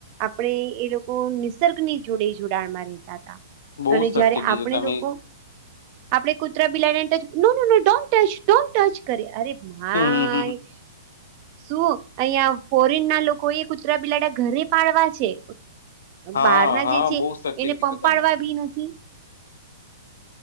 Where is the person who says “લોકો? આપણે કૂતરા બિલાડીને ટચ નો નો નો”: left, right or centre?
Right